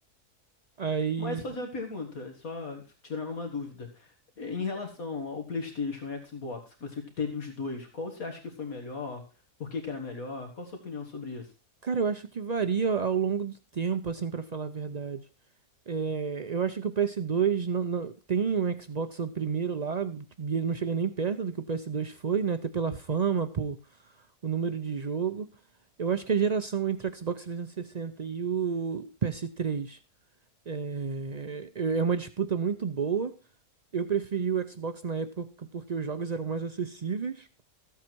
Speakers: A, on the right; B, on the left.
A: Aí,
B: Mas fazer uma pergunta, só tirando uma dúvida. Em relação ao PlayStation e Xbox, você que teve os dois, qual você acha que foi melhor? Por que que era melhor? Qual a sua opinião sobre isso?
A: cara, eu acho que varia ao longo do tempo, assim, pra falar a verdade. É, eu acho que o PS2 não, não- tem um Xbox o primeiro lá, e ele não chega nem perto do que o PS2 foi, né? Até pela fama, por o número de jogo. Eu acho que a geração entre o Xbox 360 e sessenta e o PS3 É, é uma disputa muito boa. Eu preferi o Xbox na época porque os jogos eram mais acessíveis.